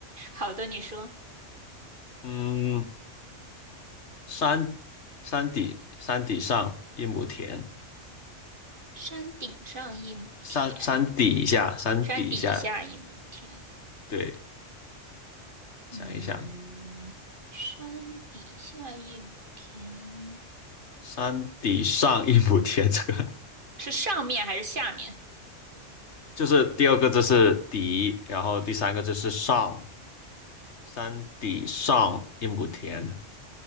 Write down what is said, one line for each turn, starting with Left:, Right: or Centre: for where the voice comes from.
Right: 好的，你说，
Left: 嗯，山山底山底上一亩田，
Right: 山顶上一亩田，
Left: 山山底下，山底下，
Right: 山底下一亩田。
Left: 对，想一想，
Right: 嗯，山底下一亩田
Left: 山底上一亩田，这个
Right: 是上面还是下面？
Left: 就是第二个字是底，然后第三个字是上，山底上一亩田，